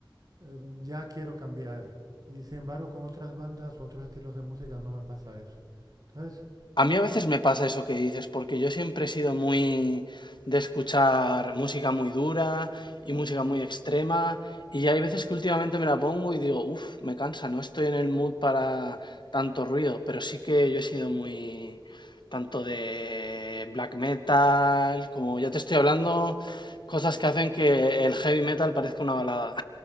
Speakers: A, on the right; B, on the left.
A: eh, ya quiero cambiar y sin embargo con otras bandas u otros estilos de música no me pasa eso. Entonces,
B: A mí a veces me pasa eso que dices, porque yo siempre he sido muy de escuchar música muy dura y música muy extrema, y hay veces que últimamente me la pongo y digo, uff, me cansa, no estoy en el mood para tanto ruido, pero sí que yo he sido muy tanto de black metal, como ya te estoy hablando, cosas que hacen que el heavy metal parezca una balada.